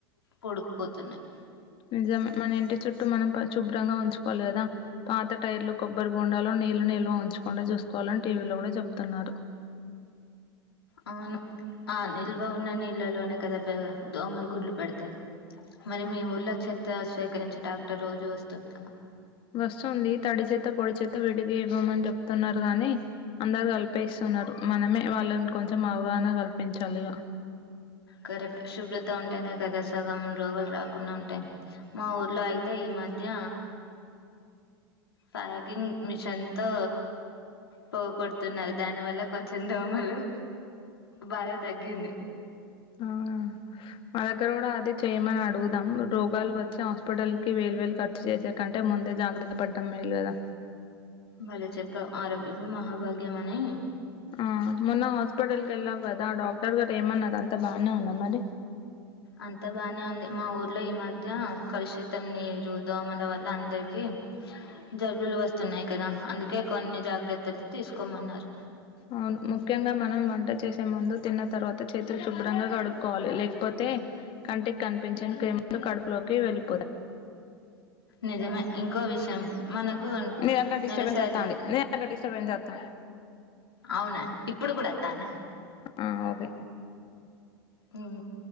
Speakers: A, on the left (about 85°); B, on the left (about 45°).
A: పూడుకుపోతున్నాయి
B: నిజమే మన ఇంటి చుట్టూ మనం పరిశుభ్రంగా ఉంచుకోవాలి కదా పాత టైర్లు కొబ్బరి బోండాలు నీళ్లు నిల్వ ఉంచకుండా చూసుకోవాలని టీవీలో కూడా చెబుతున్నారు
A: అవును ఆ నిల్వ ఉన్న నీళ్ళలోనే కదా ప దోమలు గుడ్లు పడతాయి మరి మీ ఊళ్ళ చెత్త స్వీకరించే ట్రాక్టర్ రోజు వస్తుంద
B: వస్తుంది తడి చెత్త పొడి చెత్త విడికి ఇవ్వమని చెప్తున్నారు గాని అందరు కలిపేస్తు నారు మనమే వాళ్ళకి కొంచెం అవగాహన కల్పించాలి ఇగ
A: కరెక్ట్ శుభ్రత ఉంటేనే కదా సగం రోగాలు రాకుండా ఉంటాయి మా ఊర్లో అయితే ఈ మధ్య ప్యాగింగ్ మిషన్ తో పొగ కొొడుతున్నారు దాని వల్ల కొంచెం దోమలు బాధ తగ్గింది
B: ఆ మా దగ్గర కూడా అదే చేయమని అడుగుదాం రోగాలు వచ్చి హాస్పిటల్ కి వేలువేలు ఖర్చు చేసే కన్ అంటే ముందే జాగ్రత్త పడ్డం మేలు కదా
A: భలే చెప్పవ్ ఆరోగ్యమే మహాభాగ్యమానీ
B: ఆ మొన్న హాస్పిటల్ కెల్లవ్ కద్ ఆ డాక్టర్ గారు ఏమన్నారు అంతా బానే ఉంద మరి
A: అంత బానే ఉంది మా ఊర్లో ఈ మధ్య కలుషితం నీరు దోమల వల్ల అందరి కి జలుబులు వస్తున్నాయ కదా అందుకే కొన్ని జాగ్రత్తలు తీసుకోమన్నార
B: అవును ముఖ్యంగా మనం వంట చేసే ముందు తిన్న తర్వాత చేతులు శుభ్రంగా కడుక్కోవాలి లేకపోతే కంటి కనిపించంని క్రిములు కడుపులోకి వెళ్ళి
A: నిజమే ఇంకో విషయం మనకు
B: మీరుగ్గ డిస్టబెన్స్
A: నెలసరి
B: అస్తాండి నేగ్గ డిటర్బెన్స్ వస్తాను
A: అవునా ఇప్పుడు కూడా వస్తాంద
B: ఆ ఓకే
A: ఉ